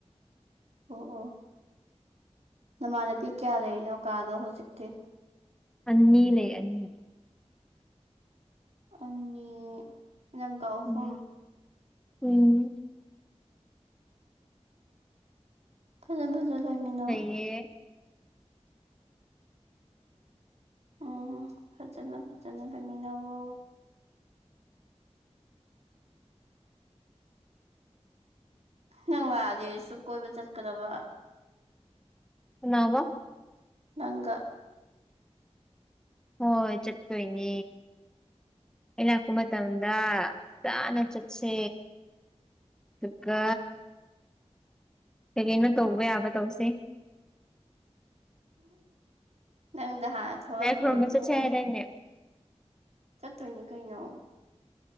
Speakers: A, on the right (about 70°); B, in the centre.
A: ꯑꯣ ꯑꯣ ꯅꯃꯥꯟꯅꯕꯤ ꯀꯌꯥ ꯂꯩꯔꯤꯅꯣ ꯀꯥꯗꯣ ꯍꯨꯖꯤꯛꯇꯤ__
B: ꯑꯅꯤ ꯂꯩ ꯑꯅꯤ
A: ꯑꯅꯤ ꯅꯡꯀ ꯑꯍꯨꯝ__
B: ꯎꯝ ꯎꯝ
A: ꯐꯖ ꯐꯖ ꯂꯩꯃꯤꯟꯅꯧ__
B: ꯑꯦ
A: ꯑꯣ ꯐꯖꯅ ꯐꯖꯅ ꯂꯩꯃꯤꯟꯅꯧꯋꯣ__ ꯅꯪ ꯂꯥꯛꯑꯗꯤ ꯑꯩꯁꯨ ꯀꯣꯏꯕ ꯆꯠꯀꯗꯕ__
B: ꯀꯅꯥꯑꯕ __
A: ꯅꯪꯒ
B: ꯍꯣꯏ ꯆꯠꯇꯣꯏꯅꯦ ꯑꯩ ꯂꯥꯛꯄ ꯃꯇꯝꯗ ꯇꯅ ꯆꯠꯁꯦ ꯑꯗꯨꯒ ꯀꯩ ꯀꯩꯅꯣ ꯇꯧꯕ ꯌꯥꯕ ꯇꯧꯁꯦ
A: ꯅꯪꯗ ꯍꯥꯟꯅ ꯊꯣꯛꯂꯛꯈ꯭ꯔꯣ
B: ꯂꯥꯏ ꯈꯨꯔꯨꯝꯕ
A: ꯏꯕꯦꯝꯃ
B: ꯆꯠꯁꯦ ꯍꯥꯏꯗꯥꯏꯅꯦ
A: ꯆꯠꯇꯣꯏꯅꯤ ꯀꯩꯅꯣ